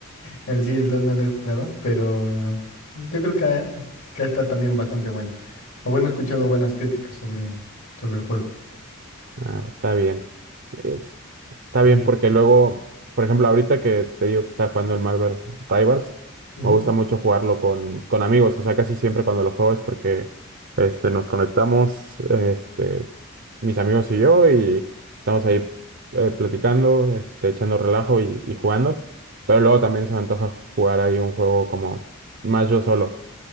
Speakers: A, on the left; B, on the right.
A: El sí, el 2 no lo he jugado, pero eh, yo creo que, que está también bastante bueno. O bueno, he escuchado buenas críticas sobre, sobre el juego.
B: Ah, está bien. Es- está
A: Y,
B: bien porque luego, por ejemplo, ahorita que te digo que estaba jugando el Marvel Rivals,
A: ujú,
B: me gusta mucho jugarlo con, con amigos. O sea, casi siempre cuando lo juego es porque este, nos conectamos, este, mis amigos y yo, y estamos ahí eh, platicando, este, echando relajo y, y jugando. Pero luego también se me antoja jugar ahí un juego como más yo solo.